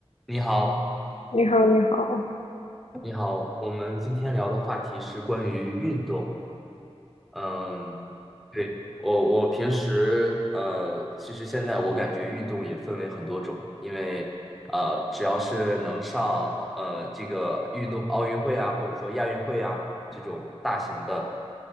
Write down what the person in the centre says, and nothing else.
你好，
你好，我们今天聊的话题是关于运动。嗯，对，我我平时呃，其实现在我感觉运动也分为很多种，因为呃，只要是能上呃这个运动奥运会啊，或者说亚运会啊这种大型的